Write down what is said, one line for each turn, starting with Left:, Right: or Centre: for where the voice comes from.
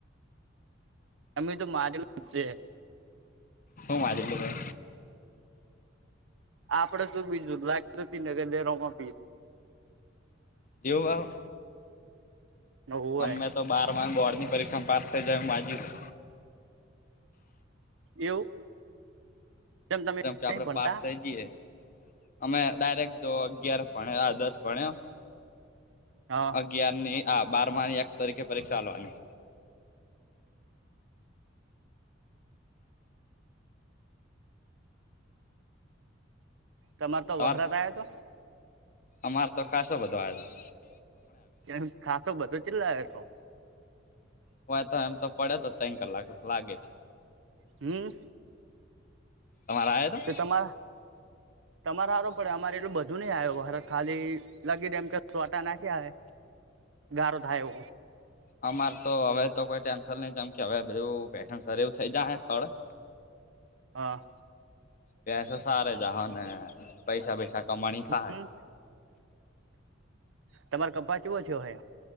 Right: અમે તો માગેલુ જ છે
Left: હુ મારેલું હોય
Right: આપડે શું બીજું લાગ ને કે દેરો માંગીએ
Left: એવું આવે
Right: હોય
Left: અમે તો બાર માં બોર્ડ ની પરીક્ષામાં પાસ થઇ જાય એમ માગીયુ હે
Right: એવું તેમ તમે
Left: જેમ કે આપડે
Right: નહી ભણતા
Left: પાસ થઇ જઈએે અમે ડાયરેક્ટ જો અગિયાર ભણલા આ દસ ભણ્યો
Right: હા
Left: અગયાર ની આ બાર ની એક્સ તરીકે પરીક્ષા આલવાની
Right: તમારે તો
Left: તમાર
Right: વરસાદ આવ્યા તો
Left: અમાર તો ખાસો બધો આવ્યો તો
Right: એમ ખાસો બધો ચેટલો આવ્યો હતો
Left: હોય તો એમ તો પડે તો ત્રણ કલાક લાગે
Right: હમ
Left: તમારે આયો તો
Right: કે તમે તમારે હારુ પડે અમારે એટલું બધું નહી આવ્યો ખાલી લાગી એમ કે છોટા નાખ્યા હે ગારો થાય એવું
Left: અમારે તો હવે તો કોઈ ટેન્શન નઈ કેમકે હવે બધું પનસ એવું થઇ જાય ખર <inaudible>
Right: હા
Left: પસો સારે જાહો ને પૈસા પૈસા કમાણી થાય
Right: હમ તમારે કપાસ કેવો થયો હે